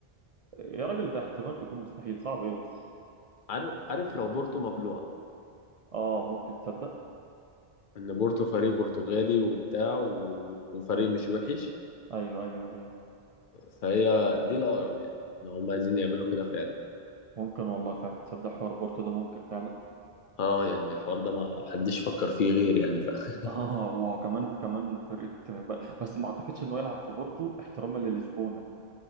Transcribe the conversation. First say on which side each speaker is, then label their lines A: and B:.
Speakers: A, on the right (about 50°); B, on the left (about 60°).
A: يا راجل ده احتمال تكون مستحيل صعب ايه بس
B: عارف عارف لو بورتو مبلوعة
A: اه ممكن تصدق
B: ان بورتو فريق برتغالي وبتاع و... وفريق مش وحش
A: ايوه ايوه ايوه
B: فهي دي الاقرب يعني لو هم عايزين يعملوا كده فعلا
A: ممكن والله فعلا تصدق حوار بورتو ده ممكن فعلا
B: اه يعني الحوار ده ما حدش فكر فيه غير يعني فاخر
A: <laughs> اه وكمان كمان فرقه ب- بس ما اعتقدش انه يلعب في بورتو احتراما للشبونه